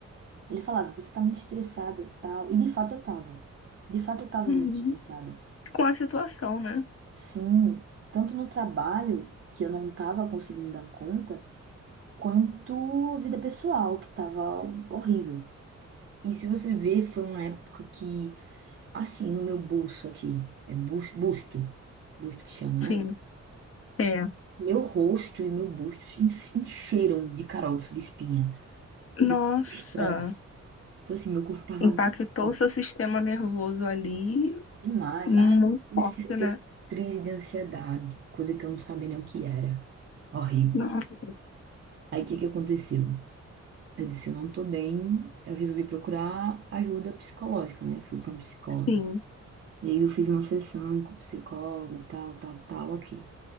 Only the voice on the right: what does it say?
Ele falava, você tá muito estressada, tal. E de fato eu tava. De fato eu tava
muito estressada.
Sim, tanto no trabalho, que eu não tava conseguindo dar conta, quanto a vida pessoal, que tava horrível. E se você ver, foi uma época que, assim, no meu bolso aqui, é bus- busto, busto que chama,
né?
Meu rosto e meu busto se en- encheram de caroço, de espinha, de
estresse. Então, assim, meu corpo tava
gritando
demais.
Ah, comecei
a ter
crise de ansiedade, coisa que eu não sabia nem o que era. Horrível.
Aí, o que que aconteceu? Eu disse, eu não tô bem. Eu resolvi procurar ajuda psicológica, né? Fui pra uma psicóloga.
E aí, eu fiz uma sessão com o psicólogo, tal, tal, tal, aqui.